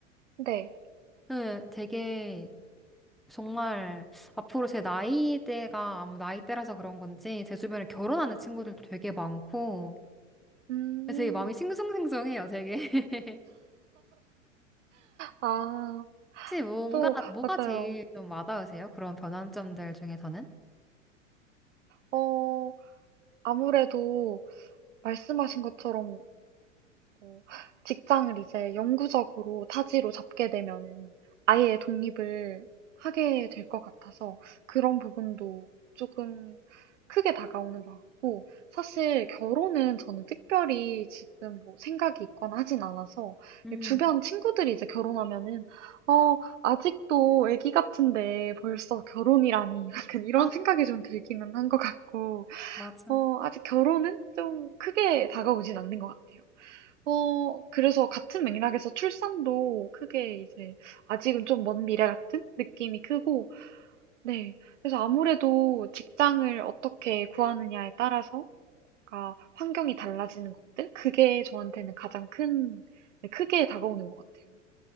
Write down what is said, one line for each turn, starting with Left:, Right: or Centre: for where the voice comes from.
Right: 네.
Centre: 네, 되게 정말 앞으로 제 나이대가 아무 나이대라서 그런 건지 제 주변에 결혼하는 친구들도 되게 많고
Right: 음.
Centre: 되게 마음이 싱숭생숭해요, 되게. <laughs>
Right: 아.
Centre: 혹시 뭔가,
Right: 또
Centre: 뭐가
Right: 맞아요.
Centre: 제일 좀 와닿으세요? 그런 변환점들 중에서는?
Right: 어. 아무래도 말씀하신 것처럼 어, 직장을 이제 영구적으로 타지로 잡게 되면은 아예 독립을 하게 될 것 같아서 그런 부분도 조금 크게 다가오는 것 같고 사실 결혼은 저는 특별히 지금 뭐 생각이 있거나 하진 않아서
Centre: 음,
Right: 주변 친구들이 이제 결혼하면은 어 아직도 아기 같은데 벌써 결혼이라니 <laughs> 약간 이런
Centre: 아,
Right: 생각이 좀 들기는 한 것 같고
Centre: 맞아.
Right: 어, 아직 결혼은 좀 크게 다가오진 않는 것 같아요. 어, 그래서 같은 맥락에서 출산도 크게 이제 아직은 좀 먼 미래 같은 느낌이 크고, 네. 그래서 아무래도 직장을 어떻게 구하느냐에 따라서, 가 환경이 달라지는 것들? 그게 저한테는 가장 큰, 네, 크게 다가오는 것 같아요.